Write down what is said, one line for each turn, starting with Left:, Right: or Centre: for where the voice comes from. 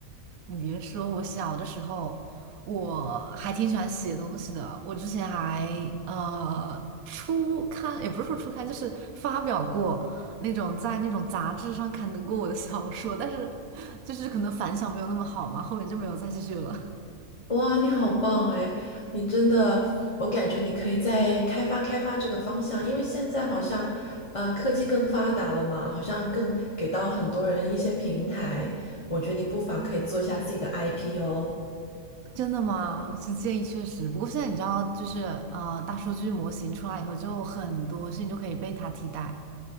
Right: 你别说，我小的时候我还挺喜欢写东西的。我之前还呃初刊，也不是说初刊，就是发表过那种在那种杂志上刊登过我的小说，但是就是可能反响没有那么好嘛，后面就没有再继续了。
Left: 哇，你好棒哎！你真的，我感觉你可以再开发开发这个方向，因为现在好像，呃，科技更发达了嘛，好像更给到很多人一些平台。我觉得你不妨可以做一下自己的
Right: 嗯，
Left: IP 哦。
Right: <laughs> 真的吗？是建议确实，不过现在你知道，就是呃，大数据模型出来以后，就很多事情就可以被它替代。